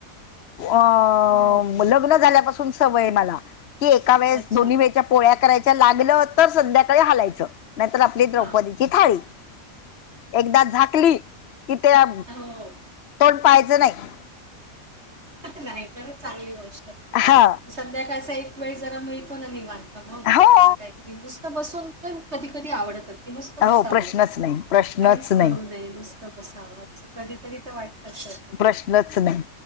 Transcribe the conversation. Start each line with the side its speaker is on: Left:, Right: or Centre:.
Left: अ ्
Right: हो
Left: सवय ए
Right: अच्छा
Left: पोळ्या करायच्या लागलं हो तर संध्याकाळी हालायचं नाहीतर आपली द्रौपदीची
Right: हां
Left: थाळी एकदा झाकली की त्या
Right: हो
Left: कोण पाहिजं नाही
Right: नाही तरच चांगली गोष्ट आहे
Left: खशा
Right: संध्याकाळचा एक वेळ जरा मिळतो ना निवांत मग
Left: हो
Right: असं काहीतरी नुसतं बसून पण कधी कधी आवडतच क नुसतं बसावं
Left: हो प्रश्नच नाही प्रश्नच
Right: काहीच
Left: नाही
Right: करू नये नुसतं बसावं अस कधी तरी वाटतते
Left: प्रश्नच नाही